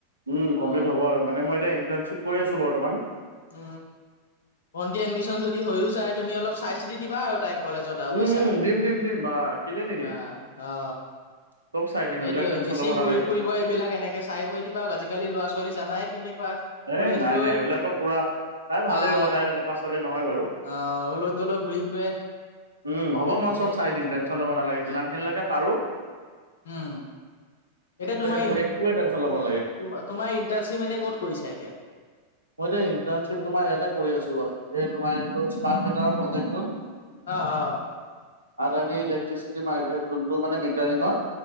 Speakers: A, on the right; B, on the left.
A: উম, কমপ্লিট
B: অ
A: হ'ব আৰু মানে মই এতিয়া ইণ্টাৰ্ণশ্বিপ কৰি আছোঁ বৰ্তমান।
B: উ ভণ্টি এডমিচন যদি হৈও যায় তুমি অলপ চাই চিতি দিবা আৰু তাইক কলেজত আৰু
A: উম
B: বুজিছা
A: উম দিম দিম দিম বা কেলে নিদিম
B: বা অ
A: চব চাই দিম
B: সেইটোৱে
A: এইবিলাক টেনচন
B: বেছি
A: ল'ব
B: ঘূৰি
A: নালাগে
B: ফুৰিব এইবিলাক এনেকে চাই কৈ দিবা আজিকালি লৰা ছোৱালী জানাই কেনেকুৱা
A: সেই,
B: কলেজ
A: নাই,
B: গৈ
A: নাই, সেইবিলাকত পুৰা, তাই ভালেই
B: আহ
A: হ'ব, তাই তেনেকুৱা ছোৱালী নহয় বাৰু
B: আহ অলো তলো ঘূৰি ফুৰে।
A: উম, হ'ব মই
B: সেইটোয়েতো
A: চ'ব চাই দিম টেনশ্যন ল'ব নালাগে।
B: উম
A: যিমান খিনিলৈকে পাৰোঁ।
B: উম। এতিয়া তোমাৰ
A: তুমি একোৱে টেনচন ল'ব নালাগে
B: তোমাৰ ইণ্টাৰনশ্বিপ এনে ক'ত কৰিছা এতিয়া।
A: মইতো ইণ্টাৰ্ণশ্বিপ তোমাৰ ইয়াতে কৰি আছোঁ আহ এই তোমাৰ এইটো স্মাৰ্ট মিটাৰ প্ৰজেক্টটোত।
B: অ', অ',
A: আদানী ইলেক্ট্ৰিচিটি ম যোনটো মানে মিটাৰিঙৰ।